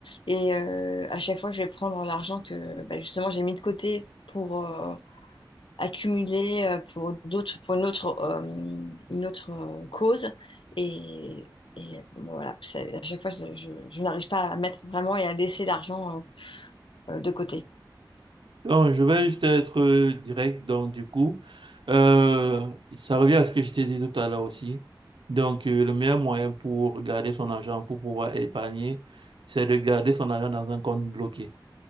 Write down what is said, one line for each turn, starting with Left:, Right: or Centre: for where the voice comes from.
Left: Et euh, à chaque fois, je vais prendre l'argent que bah, justement j'ai mis de côté pour, euh, accumulé euh, pour d'autres, pour une autre, euh, une autre euh, cause. Et, et, bon, voilà, ça- à chaque fois, je, je- je n'arrive pas à mettre vraiment et à laisser l'argent euh, euh, de côté.
Right: Non, je vais juste être euh, direct. Donc, du coup, euh, ça revient à ce que je t'ai dit tout à l'heure aussi. Donc, euh, le meilleur moyen pour garder son argent, pour pouvoir épargner, c'est de garder son argent dans un compte bloqué.